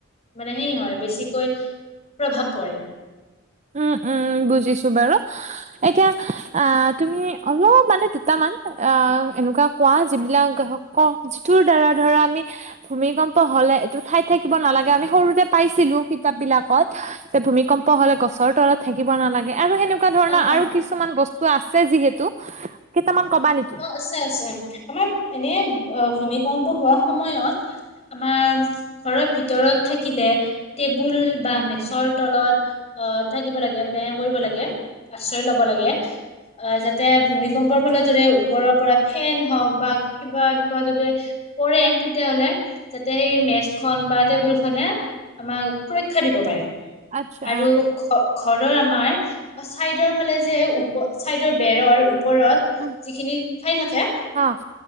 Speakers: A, on the left (about 35°); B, on the right (about 35°).
A: মানে সেই হয় বেছিকৈ প্ৰভাৱ পৰে।
B: উম উম বুজিছো বাৰু এতিয়া আহ তুমি অলপ মানে দুটামান আহ এনেকুৱা কোৱা যিবিলাক ক যিটোৰ দ্বাৰা ধৰা আমি ভূমিকম্প হলে এইটো ঠাই থাকিব নালাগে আমি সৰুতে পাইছিলো কিতাপবিলাকত যে ভূমিকম্প হ'লে গছৰ তলত থাকিব নালাগে আৰু সেনেকুৱা ধৰণৰ
A: অ
B: আৰু
A: অ
B: কিছ ছুমান বস্তু আছে যিহেতু কেইটামান কবা নেক
A: অ আছে আছে আমাৰ এনে ভূমিকম্প হোৱা সময়ত আমাৰ ঘৰৰ ভিতৰত থাকিলে টেবুল বা মেচৰ তলত অ থাকিব লাগে মানে কৰিব লাগে আশ্ৰয় লব লাগে। অ যাতে ভূমিকম্পৰ ফলত যদে ও পৰৰ পৰা ফেন হওঁক বা কিবা এনেকুৱা যদি পৰে তেতিয়া হ'লে যাতে সেই মেচখন বা টেবুলখনে আমাক সুৰক্ষা দিব পাৰে
B: আচ্ছা,
A: আৰু ঘ ঘৰৰ আমাৰ চাইদৰ ফালে যে ওপ চাইদৰ বেৰৰ ওপৰত
B: উম,
A: যিখিনি ঠাই থাকে।
B: অ',